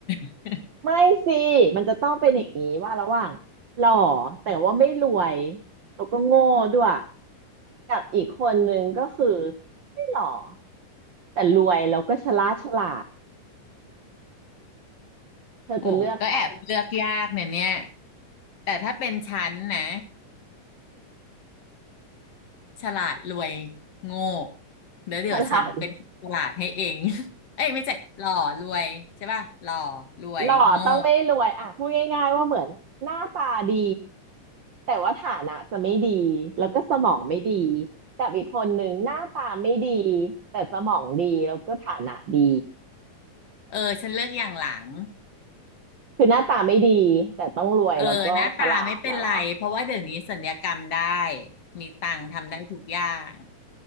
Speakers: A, on the left; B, on the right.
A: <laughs>
B: ไม่สิมันจะต้องเป็นอย่างนี้ว่าระหว่างหล่อแต่ว่าไม่รวยแล้วก็โง่ด้วยกับอีกคนนึงก็คือไม่หล่อแต่รวยแล้วก็ฉลาดฉลาดเธอจะเลือกใคร
A: โอ้ก็แอบเลือกยากเนี่ยเนี่ยแต่ถ้าเป็นฉันนะฉลาดรวยโง่เดี๋ยวเดี๋ยวฉันเป็นคนฉลาดให้เอง
B: ฉลาด
A: <laughs> เอ้ยไม่ใช่หล่อรวยใช่ป่ะหล่อรวยโง่
B: หล่อต้องไม่รวยอ่ะพูดง่ายๆว่าเหมือนหน้าตาดีแต่ว่าฐานะจะไม่ดีแล้วก็สมองไม่ดีกับอีกคนหนึงหน้าตาไม่ดีแต่สมองดีแล้วก็ฐานะดี
A: เออฉันเลือกอย่างหลัง
B: คือหน้าตาไม่ดีแต่ต้องรวยแล้วก็ฉลาดแล้วเหรอ
A: เออหน้าตาไม่เป็นไรเพราะว่าเดี๋ยวนี้สัญญกรรมได้มีตังค์ทำได้ทุกอย่าง